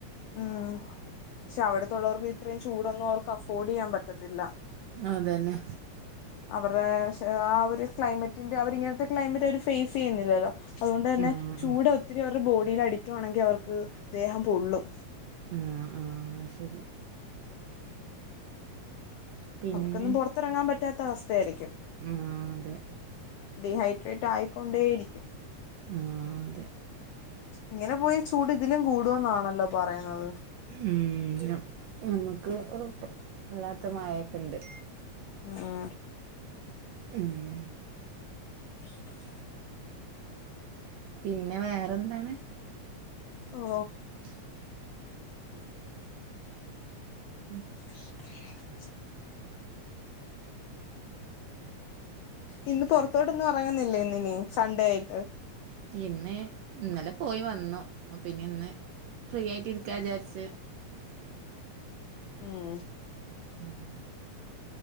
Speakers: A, on the left; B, on the right.
A: ഉം, ക്ഷെ അവിടത്തുള്ളവർക്ക് ഇത്രയും ചൂടൊന്നും അവർക്ക് അഫോർഡ് ചെയ്യാൻ പറ്റത്തില്ല
B: അതന്നെ
A: അവരുടെ ആ ഒരു ക്ലൈമറ്റിന്റെ അവരിങ്ങനത്തെ ക്ലൈമറ്റ് അവര് ഫേസ് ചെയ്യുന്നില്ലല്ലോ അതുകൊണ്ട് തന്നെ
B: ആഹ്
A: ചൂട് ഒത്തിരി അവരുടെ ബോഡില് അടിക്കുവാണെങ്കിൽ അവർക്ക് ദേഹം പൊള്ളും
B: ആഹ ആഹ ശരി പിന്നെ
A: അവർക്കൊന്നും പുറത്തിറങ്ങാൻ പറ്റാത്ത അവസ്ഥയായിരിക്കും
B: ഉം അതെ
A: ഡീഹൈഡ്രേറ്റ് ആയിക്കൊണ്ടേയിരിക്കും
B: ആഹ് അതെ.
A: ഇങ്ങനെ പോയ ചൂട് ഇതിലും കൂടു എന്നാണല്ലോ പറയുന്നത്
B: ഉം, നമ്മുക്ക് അല്ലാത്ത മയൊക്കെ ഉണ്ട്
A: ആഹ്
B: ഉം
A: <unintelligible>
B: പിന്നെ വേറെ എന്താണ്
A: ഓ
B: <unintelligible> ഉം
A: <unintelligible> ഇന്ന് പുറത്തോട്ടൊന്നും ഇറങ്ങുന്നില്ലേ ഇന്ന്നി സൺഡേ ആയിട്ട്.
B: ഇന്ന് ഇന്നലെ പോയി വന്നു പിന്നെ ഇന്ന് ഫ്രീ ആയിട്ട് ഇരിക്കാ വിചാരിച്
A: ഉം
B: ഉം